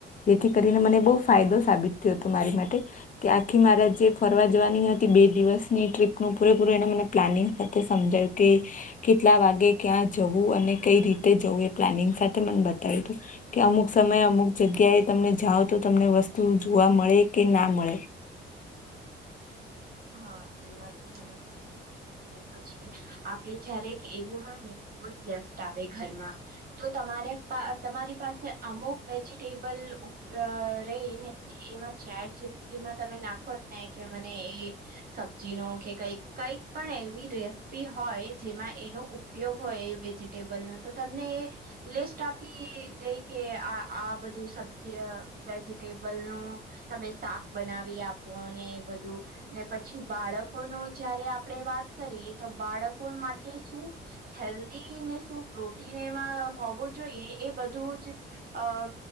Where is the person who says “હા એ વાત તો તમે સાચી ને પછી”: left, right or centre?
Right